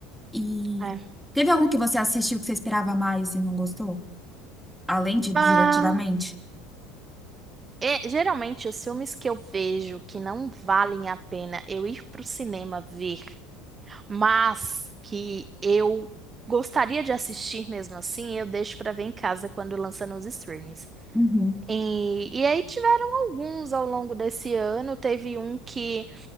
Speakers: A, in the centre; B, on the right.
A: E
B: É.
A: teve algum que você assistiu que você esperava mais e não gostou? Além de Divertidamente?
B: Ah, É, geralmente, os filmes que eu vejo que não valem a pena eu ir pro cinema ver, mas que eu gostaria de assistir mesmo assim, eu deixo pra ver em casa quando lança nos streams.
A: Uhum.
B: E, e aí tiveram alguns ao longo desse ano. Teve um que